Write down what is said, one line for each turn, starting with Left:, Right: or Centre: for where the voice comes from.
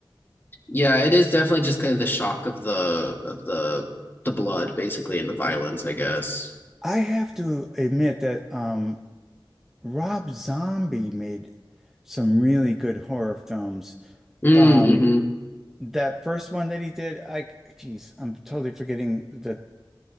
Left: Yeah, it is definitely just kind of the shock of the of the the blood basically and the violence, I guess.
Centre: I have to admit that um Rob Zombie made some really good horror films.
Left: Mm,
Centre: Um
Left: hmm
Centre: That first one that he did, I, geez, I'm totally forgetting the,